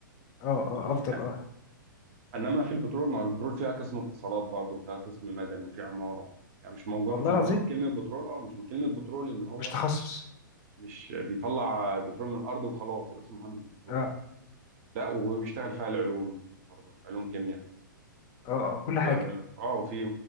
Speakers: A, on the left; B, on the right.
A: اه اه
B: يعني
A: افضل اه
B: انما في البترول ما هو البترول فيها قسم اتصالات برضه وفيها قسم مدني وفي عماره يعني مش موضوع
A: والله
B: مش
A: العظيم
B: موضوع كلمه بترول اه مش من كلمه بترول ان هو
A: مش تخصص
B: مش بيطلع بترول من الارض وخلاص يبقى اسمه مهندس بترول
A: اه
B: لا وبيشتغل فيها العلوم برضه علوم كيمياء
A: اه اه كل
B: في
A: حاجة
B: ال- اه وفي